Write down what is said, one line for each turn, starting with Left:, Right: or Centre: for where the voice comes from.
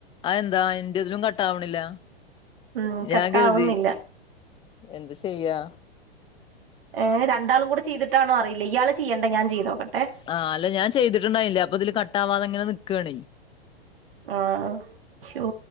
Left: അത് എന്താ എന്റെതിലും കട്ടാവണില്ല
Right: ഉം കട്ടാവുന്നില്ല
Left: ഞാൻ കരുതി. എന്ത് ചെയ്യാ?
Right: ഏ രണ്ടാളും കൂടെ ചെയ്തിട്ടാണോ അറിയില്ല. ഇയാള് ചെയ്യണ്ട ഞാൻ ചെയ്തോക്കട്ടെ
Left: ആ അല്ല ഞാൻ ചെയ്തിട്ട്ണ്ടായില്ല അപ്പൊ ഇതില് കട്ടാവാതെങ്ങനെ നി ക്കാണേ.
Right: ആഹ് ശോ.